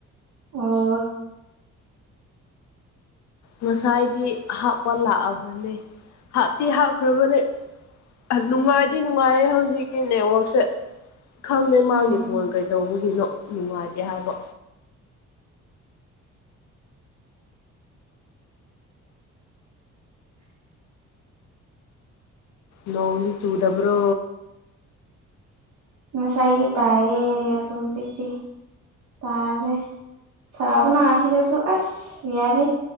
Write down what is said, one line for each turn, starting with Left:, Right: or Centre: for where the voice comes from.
Right: ꯑꯣ
Left: ꯉꯁꯥꯏꯗꯤ ꯍꯥꯞꯄ ꯂꯥꯛꯑꯕꯅꯦ ꯍꯥꯞꯇꯤ ꯍꯥꯞꯈ꯭ꯔꯕꯅꯦ ꯅꯨꯡꯉꯥꯏꯗꯤ ꯅꯨꯡꯉꯥꯏꯔꯦ ꯍꯧꯖꯤꯛꯀꯤ ꯅꯦꯠꯋꯔꯛꯁꯦ ꯈꯪꯗꯦ ꯃꯥꯡꯒꯤ
Right: ꯎꯝ
Left: ꯐꯣꯟ ꯀꯩꯗꯧꯕꯒꯤꯅꯣ ꯅꯨꯡꯉꯥꯏꯇꯦ ꯍꯥꯏꯕ ꯅꯣꯡꯃꯒꯤ ꯆꯨꯗꯕ꯭ꯔꯣ
Right: ꯉꯁꯥꯏꯗꯤ ꯇꯥꯏꯌꯦ ꯑꯗꯣ ꯍꯧꯖꯤꯛꯇꯤ ꯇꯥꯔꯦ ꯁꯥꯥꯕꯅꯥ ꯁꯤꯗꯁꯨꯣ ꯑꯁ ꯌꯥꯌꯥꯗ